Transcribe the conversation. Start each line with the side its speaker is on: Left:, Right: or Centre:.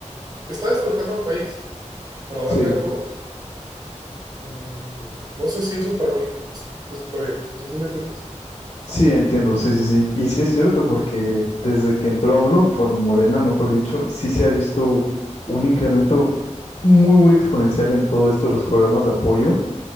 Right: ¿está desfalcando al país para darle
Left: Sí,
Right: a todos? Mm, no sé si eso para mí es- está bien, o sea, ¿sí me entiendes?
Left: sí, entiendo. Sí, sí, sí. Y sí es cierto, porque desde que entró AMLO, bueno, Morena, mejor dicho, sí se ha visto un incremento muy, muy exponencial en todo esto de los programas de apoyo